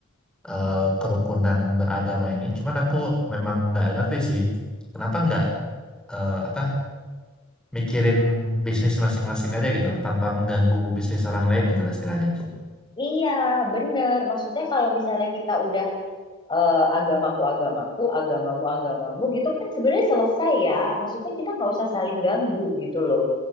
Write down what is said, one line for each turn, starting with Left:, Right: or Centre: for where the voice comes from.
Centre: eh, kerukunan beragama ini. Cuman aku memang nggak ngerti sih, kenapa nggak eh, apa mikirin bisnis masing-masing aja gitu loh, tanpa mengganggu bisnis orang lain gitu lah istilahnya.
Left: Iya, bener. Maksudnya kalau misalnya kita udah eh, agamaku agamaku, agamamu agamamu gitu kan sebenarnya selesai ya. Maksudnya kita nggak usah saling ganggu gitu loh.